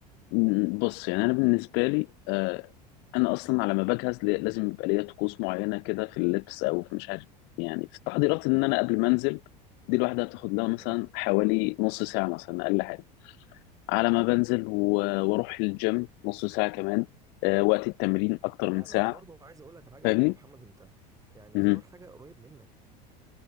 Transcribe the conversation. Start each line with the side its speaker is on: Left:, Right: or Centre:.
Left: م- بص يعني انا بالنسبه لي آه، انا اصلا على ما بجهز لي- لازم يبقى ليا طقوس معينه كده في اللبس او في مش عارف يعني في التحضيرات ان انا قبل ما انزل دي لوحدها بتاخد لها مثلا
Right: تمام
Left: حوالي نص ساعه مثلا اقل حاجه على ما بنزل و- واروح الجيم نص ساعه كمان آه، وقت التمرين اكتر من
Right: لا
Left: ساعه
Right: ما انت برضو عايز اقول لك حاجه
Left: فاهمني
Right: برضو يا محمد انت يعني
Left: مهم.
Right: اختار حاجه قريب منك